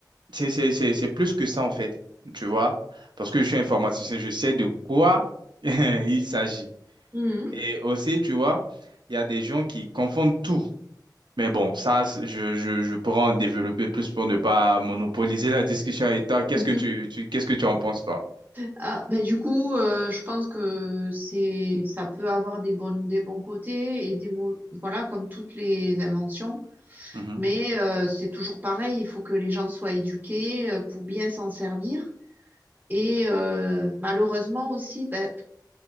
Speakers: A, on the right; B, on the right.
A: c'est, c'est, c'est, c'est plus que ça, en fait, tu vois, parce que je suis informaticien, je sais de quoi <laughs> il s'agit.
B: Mhm.
A: Et aussi, tu vois, il y a des gens qui confondent tout. Mais bon, ça, c'est- je, je, je pourrais en développer plus pour ne pas monopoliser la discussion. Et toi, qu'est-ce
B: <laughs>
A: que tu, tu, qu'est-ce que tu en penses, toi?
B: Ah, ben du coup, euh, je pense que c'est, ça peut avoir des bonnes, des bons côtés et des mots, voilà, comme toutes les inventions.
A: Mhm.
B: Mais euh, c'est toujours pareil, il faut que les gens soient éduqués euh, pour bien s'en servir. Et euh, malheureusement aussi, ben,